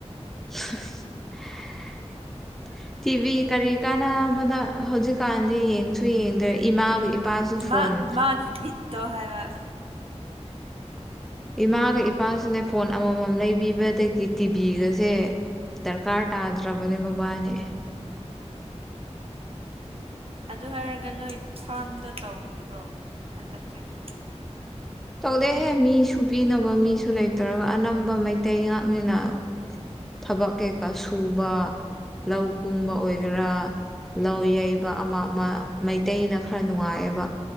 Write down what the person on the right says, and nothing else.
ꯃꯥ ꯃꯥꯒꯤ ꯕꯤꯠꯇꯣ ꯍꯥꯏꯕ
ꯑꯗꯨ ꯍꯥꯏꯔꯒ ꯅꯣꯏ ꯐꯥꯔꯝꯗꯣ ꯇꯧꯔꯤꯕ꯭ꯔꯣ ꯍꯟꯗꯛ ꯆꯍꯤꯗꯤ